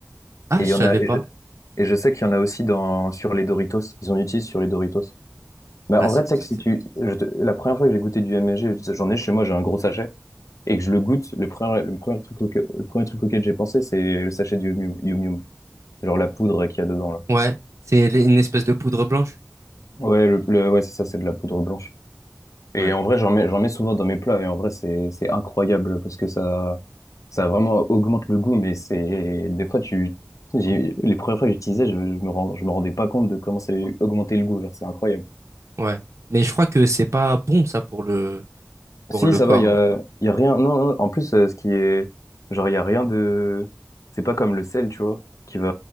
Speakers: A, on the right (about 60°); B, on the left (about 80°).
A: Ah,
B: Et
A: je
B: il y
A: savais
B: en a. Et
A: pas.
B: je, et je sais qu'il y en a aussi dans sur les Doritos. Ils en utilisent sur les Doritos. Bah,
A: Ah,
B: en
A: c'est
B: vrai,
A: pour
B: tu sais
A: ça
B: que si
A: que c'est
B: tu.
A: bon.
B: je te- la première fois que j'ai goûté du MSG, j'en ai chez moi, j'ai un gros sachet. et que je le goûte, le premier, le premier truc, auquel- le premier truc auquel j'ai pensé, c'est le sachet du Yum Yum, Yum. genre la poudre qu'il y a dedans là.
A: Ouais, c'est l- une espèce de poudre blanche.
B: Ouais, le, le- ouais, c'est ça, c'est de la poudre blanche. Et
A: Ouais,
B: en vrai, j'en mets, j'en mets souvent dans mes plats et en vrai, c'est, c'est incroyable parce que ça, ça vraiment augmente le goût. Mais c'est, des fois, tu, j'ai- les premières fois que j'utilisais, je, je me rends, je me rendais pas compte de comment ça augmentait le goût. Genre, c'est incroyable.
A: ouais. Mais je crois que c'est pas bon, ça, pour le, pour
B: Si,
A: le
B: ça
A: corps.
B: va, il y
A: hein.
B: a, y a rien. Non, non, en plus, euh, ce qui est. Genre, il y a rien de. C'est pas comme le sel, tu vois, qui va